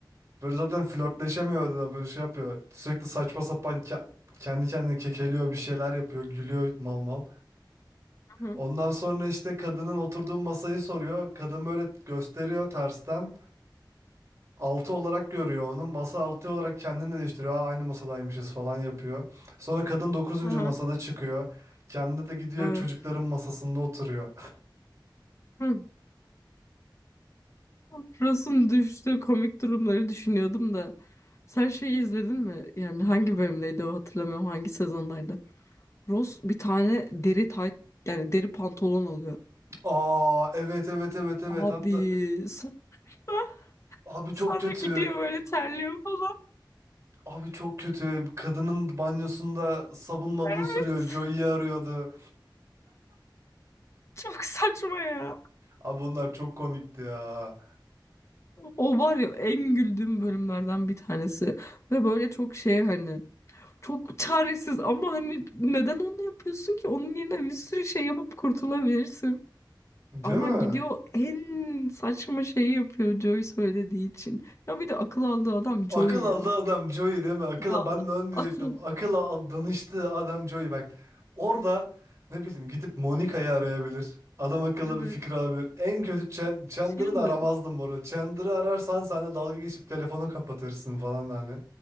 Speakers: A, on the right; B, on the left.
A: Böyle zaten flörtleşemiyordu da böyle şey yapıyor. Sürekli saçma sapan ke- kendi kendine kekeliyor bir şeyler yapıyor. Gülüyor mal mal.
B: Hı hı.
A: Ondan sonra işte kadının oturduğu masayı soruyor. Kadın böyle gösteriyor tersten. Altı olarak görüyor onu. Masa altı olarak kendini de değiştiriyor. Aa, aynı masadaymışız falan yapıyor. Sonra kadın dokuzuncu
B: Hı hı.
A: masada çıkıyor. Kendi de gidiyor
B: Evet.
A: çocukların masasında oturuyor.
B: Hı. Frost'un düştüğü komik durumları düşünüyordum da. Sen şeyi izledin mi? Yani hangi bölümdeydi o hatırlamıyorum. Hangi sezondaydı? Ross bir tane deri tayt yani deri pantolon alıyor.
A: Aa evet evet evet evet
B: Abi
A: hatta
B: sonra, <laughs>
A: abi
B: sonra
A: çok kötü.
B: gidiyor böyle terliyor falan.
A: Abi çok kötü. Kadının banyosunda sabun mabun
B: Evet.
A: sürüyor. Joey'i arıyordu.
B: Çok saçma ya.
A: Abi onlar çok komikti ya.
B: O var ya en güldüğüm bölümlerden bir tanesi. Ve böyle çok şey hani çok çaresiz ama hani neden onu yapıyorsun ki? Onun yerine bir sürü şey yapıp kurtulabilirsin.
A: Değil
B: Ama
A: mi?
B: gidiyor en saçma şeyi yapıyor Joey söylediği için. Ya bir de akıl aldığı adam
A: Akıl
B: Joey
A: aldı
B: ya.
A: adam Joey değil mi? Akıl
B: Ya
A: ben de onu diyecektim.
B: <laughs> akıl.
A: Akıla al- danıştı adam Joey bak. Orada ne bileyim gidip Monica'yı arayabilir. Adam akıllı
B: Evet.
A: bir fikir alabilir. En kötü Chan- Chandler'ı
B: Chandler.
A: da aramazdım bu arada. Chandler'ı ararsan sen de dalga geçip telefonu kapatırsın falan hani.